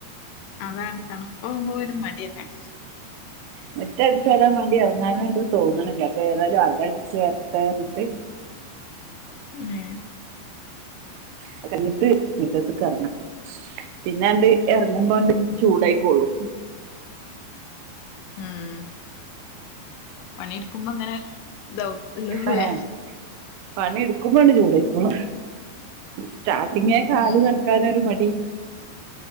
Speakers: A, on the left; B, on the right.
A: അതാണ് തണുപ്പാവുമ്പോ ഒരു മടിയെന്നെ
B: മുറ്റം അടിച്ച് വാരാൻ വേണ്ടി എറങ്ങാനണ്ട് തോന്നണില്ല അപ്പൊ ഏതായാലും അക അടിച്ച് വാരട്ടെ പറഞ്ഞി പറഞ്ഞിട്ട്
A: ഏ
B: അത് കഴഞ്ഞിട്ട് മുറ്റത്ത്ക്ക് എറങ്ങാ പിന്നെ അണ്ട് ഇറങ്ങുമ്പോണ്ട്
A: ഉം
B: ചൂടായിക്കോള്ളൂ
A: ഉം പണിയെടുക്കുമ്പോ അങ്ങനെ ഇതാവും ള്ളുലെ
B: ആഹ് പണി എടുക്കുമ്പോണ്ട് ചൂടായിക്കോളും സ്റ്റാർട്ടിങ്ങേ കാല്
A: ഉം
B: നനക്കാനൊരു മടി